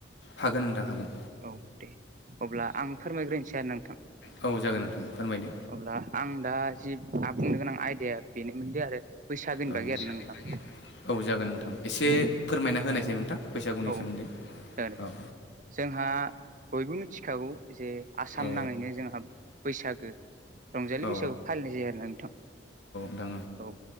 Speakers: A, on the left; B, on the right.
A: हागोन नोंथां हागोन
B: औ दे अब्ला आं फोरमायग्रोनोसै आरोना नोंथां।
A: औ जागोन नोंथां फोरमायदो
B: अब्ला आं दा जि आ बुंनो गोनां आयदाया। बेनोमोनदि आरो। बैसागोनि
A: औ
B: बागै
A: बैसागोनि
B: आरोना नोंथां
A: बागै आरो ना नोंथां औ जागोन नोंथां एसे
B: औ
A: फोरमायना होनायसै नोंथां। बैसागुनि
B: औ
A: सोमोन्दै
B: जागोन दे
A: औ।
B: जोंहा बयबो मिथिखागौ जे आसाम
A: औ
B: नाङैनो जोंहा बैसागो रंजालि
A: औ
B: बैसागु फालिनाय जायो आरोना नोंथां
A: नोंथां
B: औ।